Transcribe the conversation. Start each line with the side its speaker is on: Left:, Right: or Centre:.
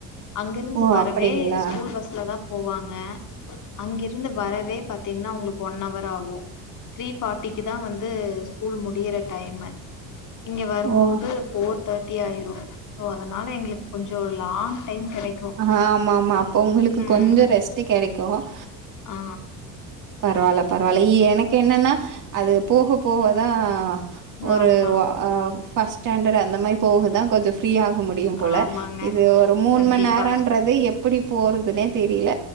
Left: அங்கிருந்து
Right: ஓ
Left: வரவே
Right: அப்படிங்களா
Left: ஸ்கூல் பஸ்ல தா போவாங்க அங்கிருந்து வரவே பாத்தீங்னா உங்களுக்கு ஒன்னவர் ஆகு த்ரீ ஃபாட்டிக்கு தா வந்து ஸ்கூல் முடியிற டைமு இங்க வரும்போது
Right: ஓ
Left: ஃபோர் தே ட்டி ஆயிரு சோ அதனால எங்களுக்கு கொஞ்ச லாங் டைம் கெடைக்கு
Right: ஆ ஆமா ஆமா அப்போ உங்களுக்கு
Left: ம்
Right: கொஞ்ச ரெஸ்ட் கெடைக்கு ஆ
Left: ஆ
Right: பரவால்ல பரவால்ல எனக்கு என்னன்னா அது போக போக தா ஒரு
Left: ஆமா
Right: ஆ ஃபஸ்ட் ஸ்டாண்டட் அந்த மாரி போகுதா கொஞ்ச ஃப்ரீயா முடியு போல
Left: ஆமாங்க
Right: இது மூண்
Left: கண்டிப்பா
Right: மண் நேரன்றது எப் எப்படி போறத் தெனே தெரியில